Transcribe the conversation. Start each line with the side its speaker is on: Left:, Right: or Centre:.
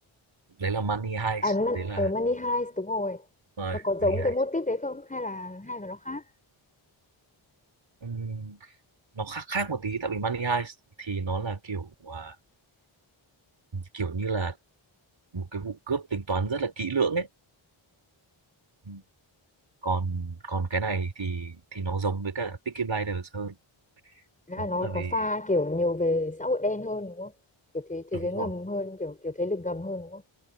Right: đấy là Money Heist
Left: à Man,
Right: đấy là
Left: ở Money Heist đúng rồi
Right: rồi
Left: nó có
Right: Money
Left: giống
Right: Heist
Left: cái mô típ đấy không hay là hay là nó khác
Right: ừ, nó khác khác một tí tại vì Money Heist thì nó là kiểu à, kiểu như là một cái vụ cướp tính toán rất là kỹ lưỡng ấy Ừ. còn còn cái này thì thì nó giống với cả Peaky Blinders hơn
Left: Hay
Right: nó cũng
Left: nó
Right: là về
Left: nó pha kiểu nhiều về xã hội đen hơn đúng không kiểu thế thế
Right: đúng
Left: giới ngầm
Right: rồi
Left: hơn kiểu kiểu thế lực ngầm hơn đúng không